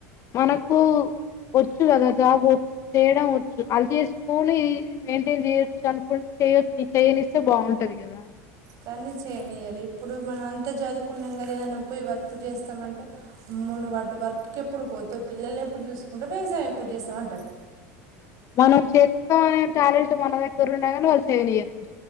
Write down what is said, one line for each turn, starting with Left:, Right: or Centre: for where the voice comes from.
Left: మనకు వచ్చు కదా జాబ్ చేయడం వచ్చు అలా చేసుకొని మెయింటైన్ చేయొచ్చు అనుకుంటే చేయద్ చేయనిస్తే బాగుంటది కదా
Right: కానీ చేయనీయాల ఇప్పుడు మనం అంత చదువుకున్నాం కదా ఏదన్నా పోయి వర్క్ చేస్తామంటే అమ్మును వాటి వర్క్కి ఎప్పుడు పోత పిల్లల్ని ఎప్పుడు చూసుకుంటూ వ్యవసాయం ఎప్పుడు చేస్తామ అంటారు
Left: మనం చేస్తాం అనే టాలెంట్ మన దగ్గర ఉన్నాగాని వాళ్ళు చేయనియరు